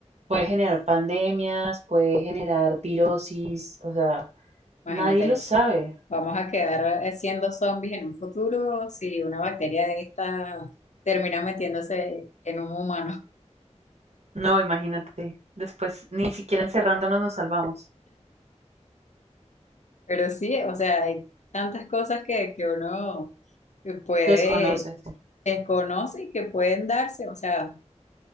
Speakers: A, on the right; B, on the left.
A: puede generar pandemias, puede generar virosis, o sea,
B: Imagínate,
A: nadie lo sabe.
B: vamos a quedar eh, siendo zombies en un futuro si una bacteria de esta termina metiéndose en un humano.
A: No, imagínate, después ni siquiera encerrándonos nos salvamos,
B: Pero sí, o sea, hay tantas cosas que, que uno que puede,
A: desconoces.
B: que conoce y que pueden darse, o sea,